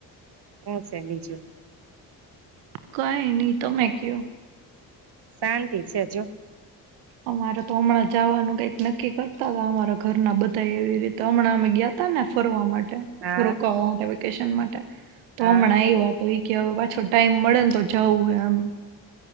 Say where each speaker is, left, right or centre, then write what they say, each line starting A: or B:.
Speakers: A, on the right (about 50°); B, on the right (about 80°).
A: હું છે બીજું
B: કઈ ની તમે કયો
A: શાંતિ છે જો.
B: અમારે તો હમણાં જાવાનું કંઈક નક્કી કરતા હતા અમારા ઘરના બધા એવી રીતે હમણાં અમે ગીયા તાને ફરવા માટે.
A: હા
B: રોકાવા માટે, વેકેશન માટે. તો
A: હા
B: હમણાં આયવા. તો એ કે પાછો ટાઈમ મળે ને તો જાવું હે એમ.